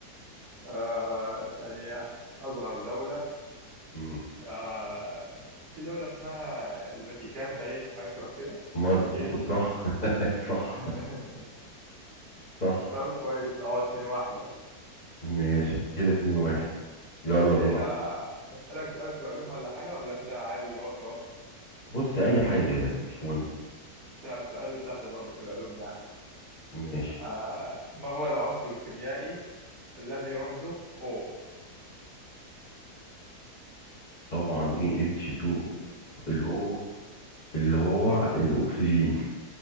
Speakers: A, on the right (about 40°); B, on the left (about 35°).
A: آه ثانية أصغر دولة
B: مم.
A: آه في دولة اسمها الفاتيكان باين أو حاجة شبه كده
B: مظبوط
A: هي دي
B: صح <laughs> صح
A: <laughs>
B: صح
A: طب كويس أه 2 واحد أهو
B: ماشي كده اتنين واحد يلا
A: طب إيه
B: دورك
A: آه، أسألك سؤال في العلوم ولا حاجة ولا أنت عايز جغرافيا برضه؟
B: بص اي حاجة يعني مش مهم
A: طب سؤال سهل برضه في العلوم يعني
B: ماشي
A: آه ما هو العنصر الكيميائي الذي رمزه O
B: طبعا ايه اتش 2 او الاو اللي هو الاكسجين